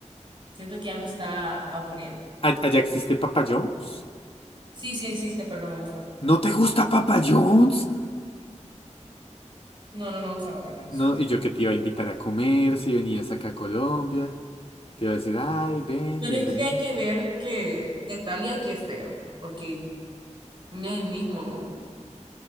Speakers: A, on the right (about 40°); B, on the left (about 50°).
A: Siento que ya me está aburriendo.
B: ¿A- ¿Allá existe Papa John's?
A: Sí, sí existe, pero no me gusta.
B: ¿No te gusta Papa John's?
A: No, no me gusta Papa John's.
B: No, y yo que te iba a invitar a comer si venías acá a Colombia. Te iba a decir, ay, ven,
A: Pero
B: bienvenido.
A: es que hay que ver que, que Talia aquí es feo, porque no es el mismo.